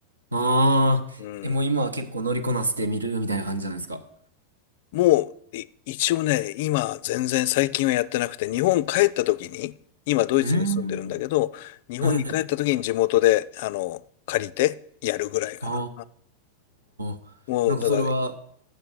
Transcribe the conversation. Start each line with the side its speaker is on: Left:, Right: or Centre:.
Right: ああ、
Left: うん。
Right: え、もう今は結構乗りこなしてみるみたいな感じなんですか
Left: もう、い一応ね、今、全然最近はやってなくて、日本帰った時に、今、ドイツに住んでるんだけど、
Right: うーん。
Left: 日本に帰った時に地元で、
Right: はい。
Left: あの、借りてやるぐらいかな。
Right: ああ、
Left: もう、
Right: なんかそれは、
Left: だから、う